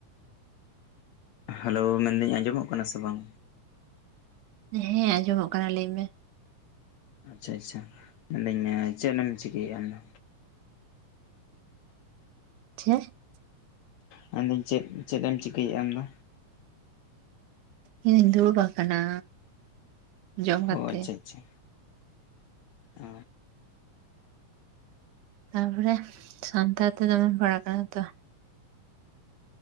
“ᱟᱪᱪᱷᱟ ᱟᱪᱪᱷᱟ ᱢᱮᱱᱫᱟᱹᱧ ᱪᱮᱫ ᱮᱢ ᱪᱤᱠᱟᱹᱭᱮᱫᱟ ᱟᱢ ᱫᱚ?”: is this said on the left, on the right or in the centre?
Left